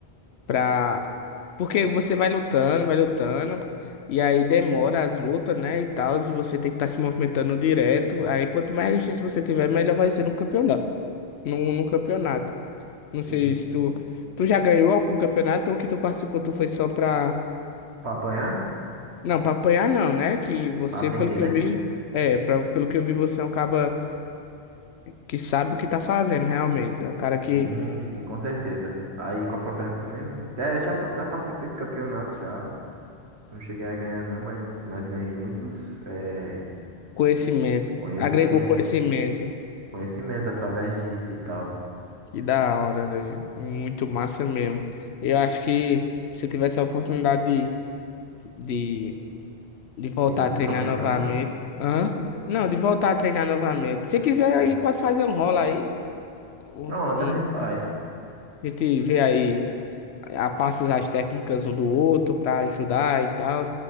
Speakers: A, on the left; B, on the right.
A: pra... Porque você vai lutando, vai lutando, e aí demora as lutas, né, e tal, e você tem que estar se movimentando direto. Aí quanto mais resistência você tiver, melhor vai ser no campeonato. No, no campeonato.
B: Sim,
A: Não sei
B: sim.
A: se tu, tu já ganhou algum campeonato ou que tu participou, tu foi só pra.
B: Pra apanhar?
A: Não, pra apanhar não, né? Que você,
B: Pra aprender,
A: pelo que
B: né?
A: eu vi, é, pra, pelo que eu vi, você é um cara que sabe o que tá fazendo, realmente. É um cara
B: Sim,
A: que
B: sim, com certeza. Aí, qual foi a pergunta mesmo? É, já, pa- já participei de campeonato, já. Não cheguei a ganhar, não, mas, mas ganhei muitos, é,
A: conhecimento,
B: conhecimentos.
A: agregou conhecimento.
B: Conhecimentos através disso e tal.
A: Que da hora, doido. Muito massa mesmo. Eu acho que se eu tivesse a oportunidade de, de, de voltar
B: De ir
A: a
B: para
A: treinar
B: um campeonato?
A: novamente. Hã? Não, de voltar a treinar novamente. Se quiser,
B: Sim.
A: a gente pode fazer um rola aí. Um,
B: Pronto,
A: um
B: a gente faz.
A: A gente vê aí, a- passa as técnicas um do outro pra ajudar e tal.